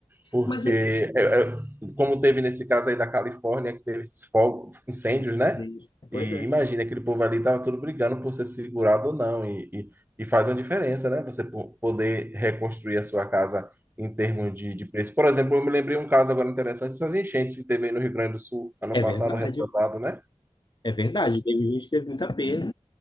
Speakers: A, on the right; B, on the left.
A: Porque,
B: Mas eu-
A: é, é, como teve nesse caso aí da Califórnia, que teve esses fogos, incêndios,
B: sei,
A: né?
B: pois
A: E
B: é,
A: imagina, aquele povo ali estava tudo brigando por ser segurado ou não. E, e, e faz uma diferença, né? Você po- poder reconstruir a sua casa em termos de, de preço. Por exemplo, eu me lembrei um caso agora interessante, dessas enchentes que teve aí no Rio Grande do Sul, ano
B: é
A: passado,
B: verdade,
A: retrasado, né?
B: é verdade. Teve gente que teve muita perda.